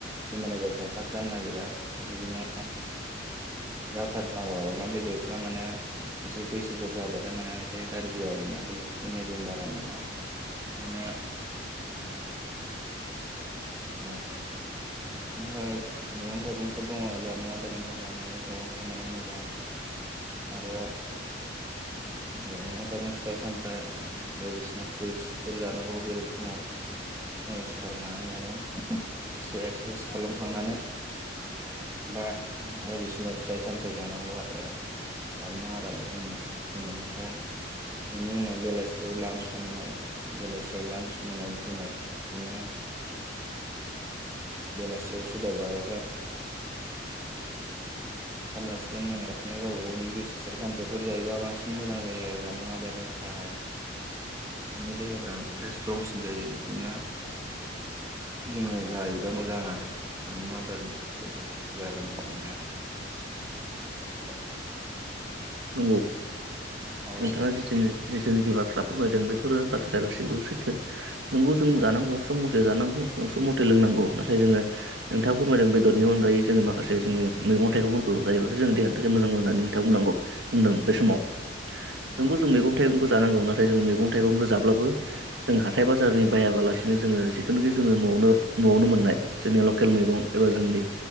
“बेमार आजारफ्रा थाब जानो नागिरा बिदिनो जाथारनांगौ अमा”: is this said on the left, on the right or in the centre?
Right